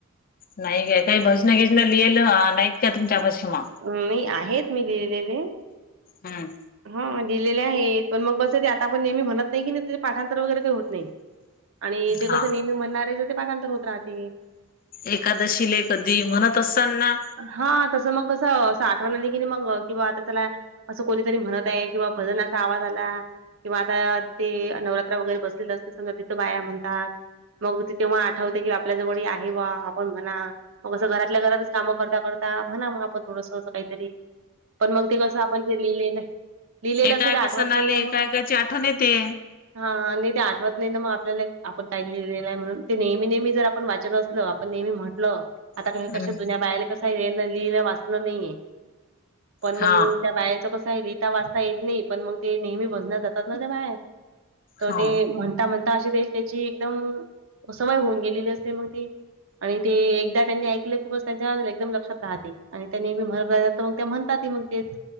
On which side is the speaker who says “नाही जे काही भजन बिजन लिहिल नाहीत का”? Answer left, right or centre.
Left